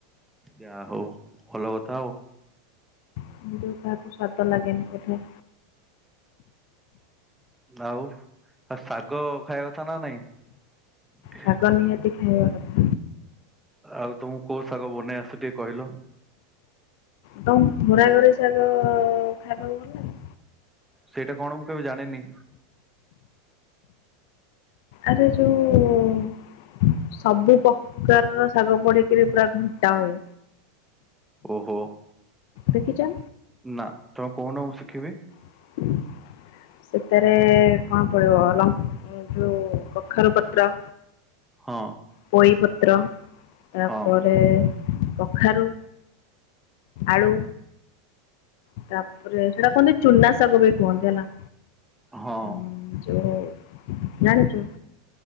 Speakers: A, in the centre; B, on the left.
A: ଯା ହଉ ଭଲ କଥା ଆଉ।
B: କାହାକୁ ସ୍ୱାଦ ଲାଗେନି ବଧେ।
A: ଆଉ ଆଉ ଶାଗ ଖାଇବା କଥା ନା ନାଇଁ?
B: ଶାଗ ନିହାତି ଖାଇବା କଥା।
A: ଆଉ ତମକୁ କୋଉ ଶାଗ ବନେଇ ଆସେ ଟିକେ କହିଲ।
B: ତମ ଘୁରା ଘୁରି ଶାଗ ଖାଇବାକୁ ଭଲ ଲାଗେ?
A: ସେଇଟା କଣ ମୁଁ କେବେ ଜାଣିନି।
B: ଆରେ ଯୋଉ ସବୁ ପକାର ର ଶାଗ ପଡି ପୁରା ଘଣ୍ଟା ହଏ।
A: ଓହୋ।
B: ଦେଖିଛ।
A: ନା ତମ କହୁନ ମୁଁ ଶିଖିବି।
B: <inaudible> ସେତାରେ କଣ ପଡିବ ଲ ଯୋଉ କଖାରୁ ପତ୍ର।
A: ହଁ।
B: ପୋଇପତ୍ର ତାପରେ
A: ହଁ
B: କଖାରୁ ଆଳୁ। ତାପରେ ସେଟା କୁହନ୍ତି ଚୁନା ଶାଗ ବି କୁହନ୍ତି ହେଲା।
A: ହଁ
B: ହୁଁ ଯଉ ଜାଣିଛୁ।